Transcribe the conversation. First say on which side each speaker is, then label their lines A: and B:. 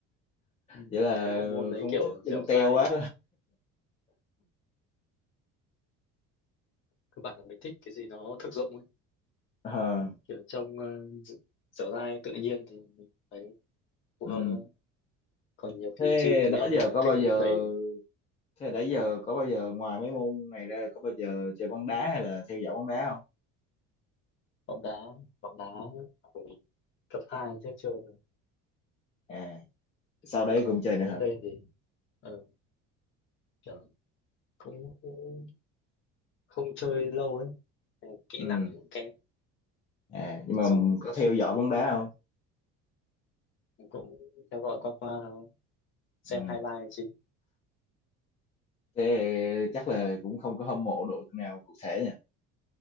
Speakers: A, on the left; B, on the left.
A: Ừ.
B: vậy là
A: mình thấy bộ môn đấy
B: không
A: kiểu
B: có thích chân
A: dẻo
B: teo
A: dai
B: quá
A: cơ bản là mình thích cái gì nó thực dụng ấy
B: <laughs> Ờ,
A: Đấy, kiểu trong ờ, dẻo dai tự nhiên thì mình thấy phù
B: ừ.
A: hợp thôi còn nhiều khi
B: thế
A: chim thì
B: đó
A: anh em
B: giờ có bao
A: thích
B: giờ
A: đẩy
B: thế nãy giờ có bao giờ ngoài mấy môn này ra có bao giờ chơi bóng đá hay là theo dõi bóng đá không
A: bóng đá bóng đá hồi cấp 2 chắc chơi rồi.
B: à sau
A: còn
B: đây
A: còn
B: cũng chơi nữa
A: lớn
B: hả
A: lên thì ờ, kiểu cũng cũng không chơi lâu ấy Ờ, kỹ
B: ừ
A: năng cũng kém
B: à
A: Nhưng
B: nhưng mà
A: xong rồi
B: có theo dõi bóng đá không
A: mình cũng theo dõi qua qua thôi. xem
B: ừ.
A: highlight chính
B: thế chắc là cũng không có hâm mộ đội nào cụ thể nha